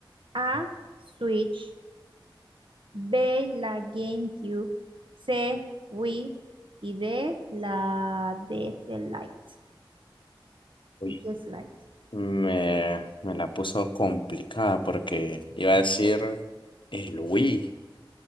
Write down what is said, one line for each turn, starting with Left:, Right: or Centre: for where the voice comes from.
Right: A, Switch, B, la GameCube, C, Wii y D, la DS Lite.
Left: Uy.
Right: DS Lite.
Left: Me, me la puso complicada porque iba a decir el Wii,